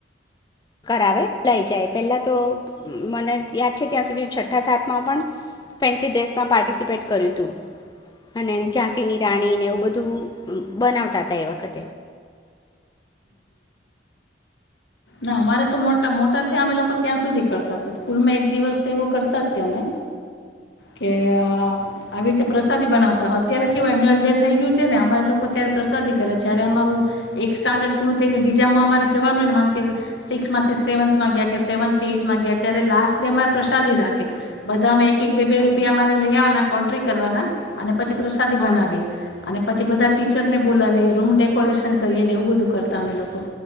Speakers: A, on the left (about 25°); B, on the left (about 80°).
A: કરાવે. લઈ જાય પહેલાં તો, મને યાદ છે. ત્યાં સુધી છઠ્ઠા સાતમાં પણ ફેન્સી ડ્રેસમાં પાર્ટિસિપેટ કર્યું તું, અને ઝાંસીની રાણીને એવું બધું બનાવતા તા એ વખત.
B: ના અમારે તો મોટા મોટા થયા અમે લોકો ત્યાં સુધી કરતા હતા સ્કૂલમાં એક દિવસ તો એવો કરતા જ ત અમે કે આવી રીતે પ્રસાદી બનાવતા અત્યારે કેવું એન્યુઅલ ડે થઇ ગયું છે ને અમા લોકો ત્યારે પ્રસાદી કરે જયારે અમારું એક સ્ટાન્ડર્ડ પૃથ્વી બીજામાં માંરે જવાનું ને મારકીજ, સિક્થ માંથી સેવન્થમાં ગયા કે સેવન્થ થી એઈમાં ગયા ત્યારે લાસ્ટ ડે અરે પ્રસાદી રાખે, બધા અમે એક બે-બે
A: હમ
B: રૂપિયામાં મારે લયાવાના કોન્ટ્રી કરવાના અને પછી પ્રસાદી બનાવીએ.
A: હા
B: અને પછી બધા ટીચર ને બોલાવીએ, રૂમ ડેકોરેશન કરીએ ને એવું બધું કર તમે લોકો,